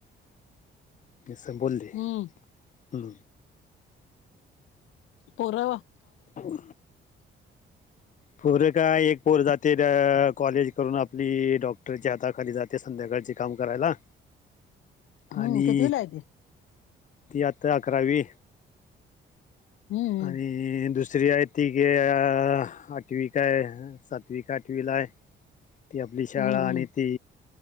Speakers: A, on the left; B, on the left.
A: ज स बोलली हम.
B: हम्म परव.
A: हो.
B: <unintelligible>
A: पोर काय एक पोर जाते कॉलेज करून आपली डॉक्टरच्या हाताखाली जाते. ते संध्याकाळचे काम करायला.
B: <unintelligible> हम्म
A: आणि
B: कितवीला आहे ते
A: ती आता अकरावी.
B: हम्म हम्म
A: आणि- दुसरी आहे ती गे अ आठवी काय सातवी का आठवीला आहे. ती आपली शाळा
B: हम्म हम्म
A: आणि ती?